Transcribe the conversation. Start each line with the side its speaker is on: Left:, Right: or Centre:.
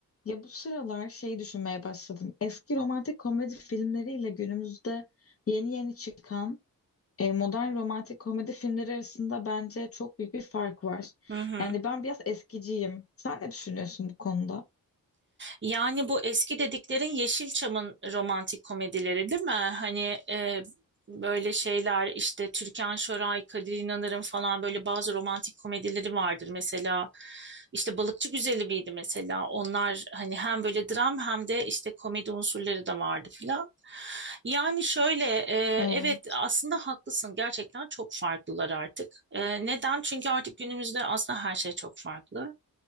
Left: Ya bu sıralar şey düşünmeye başladım. Eski romantik komedi filmleriyle günümüzde yeni yeni çıkan e, modern romantik komedi filmleri arasında bence çok büyük bir fark var.
Right: Hı hı.
Left: Yani ben biraz eskiciyim. Sen ne düşünüyorsun bu konuda?
Right: Yani bu eski dediklerin Yeşilçam'ın romantik komedileri değil mi? Hani e, böyle şeyler işte Türkan Şoray, Kadir İnanır'ın falan böyle bazı romantik komedileri vardır. Mesela işte Balıkçı Güzeli miydi mesela? Onlar hani hem böyle dram hem de işte komedi unsurları da vardı filan. Yani şöyle e,
Left: Evet,
Right: evet aslında haklısın gerçekten çok farklılar artık. Ee, neden? Çünkü artık günümüzde aslında her şey çok farklı.